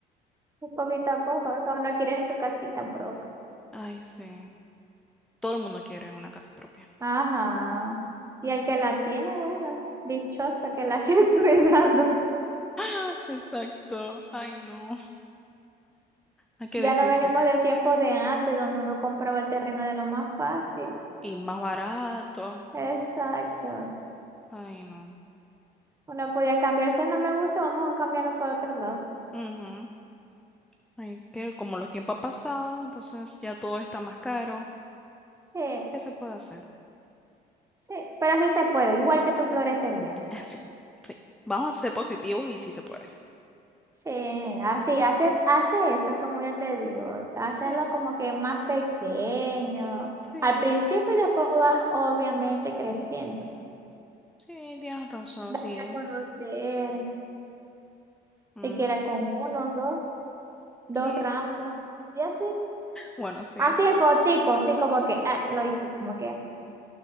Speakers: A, on the right; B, in the centre.
A: un poquito a poco, cada uno quiere su casita propia.
B: Ay, sí. Todo el mundo quiere una casa propia.
A: Ajá. Y
B: Mm.
A: el que la tiene, bueno, dichosa que la <laughs> sigue cuidando.
B: <laughs> Exacto. Ay, no. Ay, qué
A: Ya
B: difícil.
A: no venimos del tiempo de antes, donde uno compraba el terreno de lo más fácil.
B: Y más barato.
A: Exacto.
B: Ay, no.
A: Uno podía cambiarse, no me gusta, vamos a cambiarlo por otro lado.
B: Ujú. Ay, que como los tiempos han pasado, entonces ya todo está más caro.
A: Sí,
B: ¿Qué se puede hacer?
A: sí, pero sí se puede, igual que tu florestería.
B: Así, sí. sí. Vamos a ser positivos y sí se puede.
A: Sí, así, hace, hace eso, como yo te digo, hacerlo
B: Sí,
A: como que más pequeño
B: sí,
A: al principio y después vas obviamente creciendo.
B: sí, tienes razón,
A: Date
B: sí.
A: a conocer,
B: Mm,
A: siquiera con uno, dos, dos
B: sí.
A: ramos y así.
B: Bueno, sí.
A: Así en fotico, así como que, ah, lo hice, como que ah,